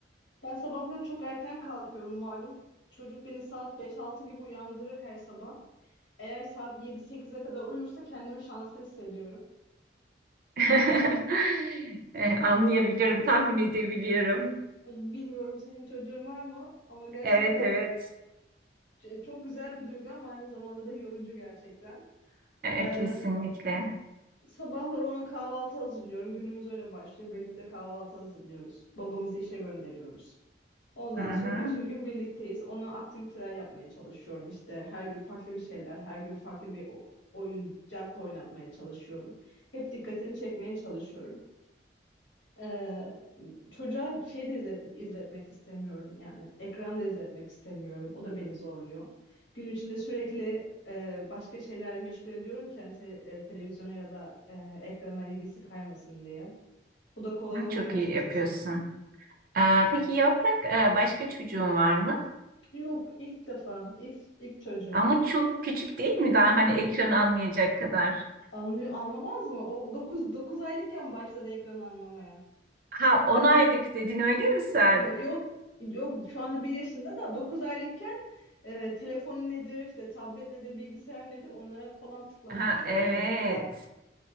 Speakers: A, on the left (about 80°); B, on the right (about 50°).
A: ben sabahları çok erken kalkıyorum malum. Çocuk beni saat beş altı gibi uyandırır her sabah. Eğer saat yedi sekize kadar uyursa kendimi şanslı hissediyorum.
B: <laughs> Ee, anlayabiliyorum, tahmin edebiliyorum.
A: Bilmiyorum senin çocuğun var mı ama gerçekten
B: Evet, evet.
A: Ç- Çok güzel bir duygu ama aynı zamanda da yorucu gerçekten.
B: Ee,
A: Ee,
B: kesinlikle.
A: sabahları ona kahvaltı hazırlıyorum. Günümüz öyle başlıyor. Birlikte kahvaltı hazırlıyoruz. Babamızı işe gönderiyoruz. Ondan
B: Hı hı.
A: sonra bütün gün birlikteyiz. Ona aktiviteler yapmaya çalışıyorum. İşte her gün farklı bir şeyler, her gün farklı bir o- oyuncakla oynatmaya çalışıyorum. Hep dikkatini çekmeye çalışıyorum. Ee, çocuğa şey de izlet- izletmek istemiyorum yani. Ekran izletmek istemiyorum. O da beni zorluyor. Gün içinde sürekli e, başka şeylerle meşgul ediyorum ki hani te- e, televizyona ya da e, ekrana ilgisi kaymasın diye. Bu da kolay
B: Hı,
A: olmuyor
B: Çok
A: açıkçası.
B: iyi yapıyorsun. Ee, peki Yaprak e, başka çocuğun var mı?
A: Yok ilk defa ilk ilk çocuğu.
B: Ama çok küçük değil mi daha hani ekranı anlayacak kadar?
A: Anlıyor, anlamaz mı? O 9 9 aylıkken başladı ekranı anlamaya.
B: Ha 10 aylık dedin öyle mi sen?
A: Yo- Yok yok şu anda bir yaşında da 9 aylıkken e, telefon nedir işte tablet nedir bilgisayar nedir onlara falan tıklamaya
B: Ha
A: çalışıyor
B: evet
A: klav